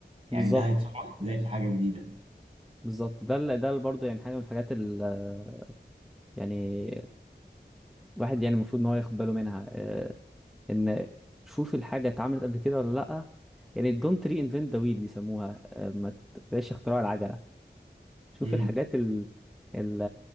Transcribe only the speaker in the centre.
بالظبط
بالظبط ده ال- ده ال- برضه يعني حاجه من الحاجات ال- يعني الواحد يعني المفروض ان هو ياخد باله منها آه، ان شوف الحاجه اتعملت قبل كده ولا لا يعني دونت ري انفنت ذا ويل بيسموها آه، ما تبقاش اختراع العجله شوف
الحاجات ال ال